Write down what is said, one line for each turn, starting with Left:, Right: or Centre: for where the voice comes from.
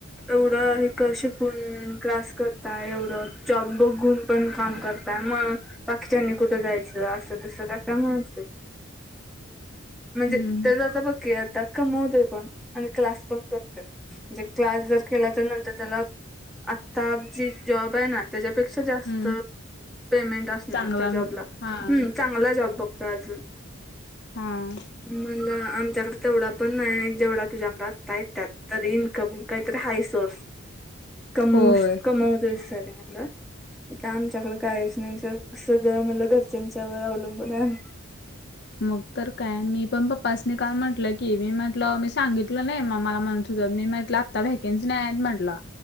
Centre: एवढं एक शिकून क्लास, करताय एवढं जॉब बघून पण काम करताय मग बाकीच्यांनी कुठं जायचं असं तसं का काय म्हणत होते. म्हणजे
Left: हं, हं.
Centre: तेच आता बघकी आता कमवतोय पण आणि क्लास पण करतोय. म्हणजे क्लास जर केला तर नंतर त्याला आत्ता जी जॉब आहे ना. त्यांच्यापेक्षा जास्त,
Left: हं.
Centre: पेमेंट असणार
Left: चांगला
Centre: त्या जॉबला
Left: हां,
Centre: ह चांगला जॉब बघतो अजून,
Left: हां.
Centre: मला आमच्याकडं, तेवढा पण नाही जेवढा तुझ्या प्रातता आहेत त्यात तर इनकम काहीतरी हाय सोर्स. कमव
Left: होय.
Centre: कमवतो सर <unintelligible> काय आम्हच्याकडे काहीच नाही सग सगळं मला घरच्यांच्यावर अवलंबून आहे.
Left: मग तर काय मी पण पप्पासनी काल म्हटलं की मी म्हटलं मी सांगितलं नाही म मला म्हणत होतं मी आता व्हॅकनसी म्हनला.